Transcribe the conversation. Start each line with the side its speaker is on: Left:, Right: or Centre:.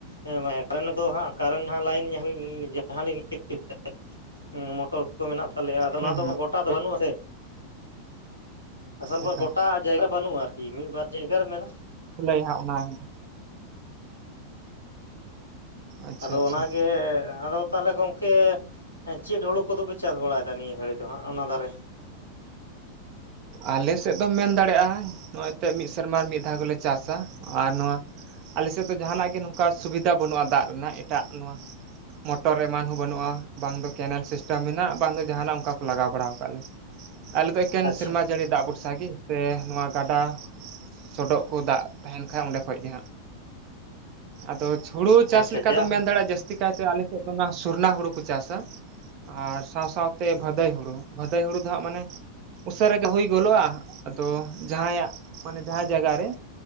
Left: ᱦᱮᱸ ᱠᱟᱨᱮᱱᱴ ᱫᱚ ᱦᱟᱸᱜ ᱠᱟᱨᱮᱱᱴ ᱦᱟᱸᱜ ᱞᱟᱭᱤᱱ ᱡᱟᱦᱟᱸ ᱞᱤᱧ ᱞᱟᱹᱭ ᱦᱮᱸ ᱢᱚᱴᱚᱨ ᱠᱚ ᱢᱮᱱᱟᱜ ᱛᱟᱞᱮᱭᱟ ᱟᱫᱚ ᱚᱱᱟ
Right: ᱦᱩᱸ
Left: ᱫᱚ
Right: ᱦᱩᱸ
Left: ᱜᱚᱴᱟ ᱫᱚ ᱵᱟᱹᱱᱩᱜ-ᱟ ᱥᱮ ᱟᱥᱚᱞ
Right: ᱚᱱᱠᱟ
Left: ᱵᱟᱨ ᱜᱚᱴᱟ ᱡᱟᱭᱜᱟ ᱵᱟᱹᱱᱩᱜᱼᱟ ᱟᱨᱠᱤ ᱢᱤᱫ ᱵᱟᱨ ᱡᱟᱭᱜᱟ ᱨᱮ ᱢᱮᱱᱟᱜᱼᱟ
Right: ᱠᱩᱞᱟᱹᱭ ᱦᱟᱸᱜ ᱚᱱᱟ ᱦᱮᱸ ᱟᱪᱪᱷᱟ
Left: ᱟᱫᱚ
Right: ᱟᱪᱪᱷᱟ
Left: ᱚᱱᱟ ᱜᱮ ᱟᱫᱚ ᱛᱟᱦᱚᱞᱮ ᱜᱚᱝᱠᱮ ᱪᱮᱫ ᱦᱩᱲᱩ ᱠᱚᱫᱚ ᱯᱮ ᱪᱟᱥ ᱵᱟᱲᱟᱭᱮᱫᱟ ᱱᱤᱭᱟᱹ ᱜᱷᱟᱹᱲᱤᱡ ᱫᱚ ᱦᱟᱸᱜ ᱚᱱᱟ ᱫᱷᱟᱨᱮ
Right: ᱟᱞᱮ ᱥᱮᱫ ᱫᱚᱢ ᱢᱮᱱᱫᱟᱲᱮᱭᱟᱜᱼᱟ ᱱᱚᱜ-ᱚᱭ ᱱᱤᱛᱟᱜ ᱢᱤᱫ ᱥᱮᱨᱢᱟ ᱨᱮ ᱢᱤᱫ ᱫᱷᱟᱣ ᱜᱮᱞᱮ ᱪᱟᱥᱟ ᱟᱨ ᱱᱚᱣᱟ ᱟᱞᱮᱥᱮᱫ ᱫᱚ ᱡᱟᱦᱟᱸᱱᱟᱜ ᱜᱮ ᱱᱚᱝᱠᱟ ᱥᱩᱵᱤᱫᱷᱟ ᱵᱟᱹᱱᱩᱜᱼᱟ ᱫᱟᱜ ᱨᱮᱱᱟᱜ ᱮᱴᱟᱜ ᱱᱚᱣᱟ ᱢᱚᱴᱚᱨ ᱮᱢᱟᱱ ᱦᱚᱸ ᱵᱟᱹᱱᱩᱜᱼᱟ ᱵᱟᱝ ᱫᱚ ᱠᱮᱱᱮᱞ ᱥᱤᱥᱴᱮᱢ ᱢᱮᱱᱟᱜ ᱵᱟᱝ ᱫᱚ ᱡᱟᱦᱟᱱᱟᱜ ᱚᱱᱠᱟ ᱠᱚ ᱞᱟᱜᱟᱣ ᱵᱟᱲᱟ ᱟᱠᱟᱫ ᱞᱮ ᱟᱞᱮ ᱫᱚ ᱮᱠᱮᱱ
Left: ᱟᱪᱪᱷᱟ
Right: ᱥᱮᱨᱢᱟ ᱡᱟᱹᱲᱤ ᱫᱟᱜ ᱵᱷᱚᱨᱥᱟ ᱜᱮ ᱥᱮ ᱱᱚᱣᱟ ᱜᱟᱰᱟ ᱥᱚᱰᱚᱜ ᱠᱚ ᱫᱟᱜ ᱛᱟᱦᱮᱱ ᱠᱷᱟᱡ ᱚᱸᱰᱮ ᱠᱷᱚᱡ ᱜᱮ ᱦᱟᱜ ᱟᱫᱚ ᱦᱩᱲᱩ ᱪᱟᱥ
Left: ᱟᱪᱪᱷᱟ
Right: ᱞᱮᱠᱟ
Left: ᱡᱟ
Right: ᱫᱚᱢ ᱢᱮᱱ ᱫᱟᱲᱮᱭᱟᱜᱼᱟ ᱡᱟᱹᱥᱛᱤ ᱡᱟᱹᱥᱛᱤ ᱠᱟᱭᱛᱮ ᱟᱞᱮᱥᱮᱫ ᱫᱚ ᱚᱱᱟ ᱥᱚᱨᱱᱟ ᱦᱩᱲᱩ ᱠᱚ ᱪᱟᱥᱟ ᱟᱨ ᱥᱟᱶ ᱥᱟᱶᱛᱮ ᱵᱷᱟᱹᱫᱟᱹᱭ ᱦᱩᱲᱩ ᱵᱷᱟᱹᱫᱟᱹᱭ ᱦᱩᱲᱩ ᱫᱚ ᱦᱟᱸᱜ ᱢᱟᱱᱮ ᱩᱥᱟᱹᱨᱟ ᱜᱮ ᱦᱩᱭ ᱜᱚᱫᱚᱜᱼᱟ ᱟᱫᱚ ᱡᱟᱦᱟᱸᱭᱟᱜ ᱢᱟᱱᱮ ᱡᱟᱦᱟᱸ ᱡᱟᱭᱜᱟ ᱨᱮ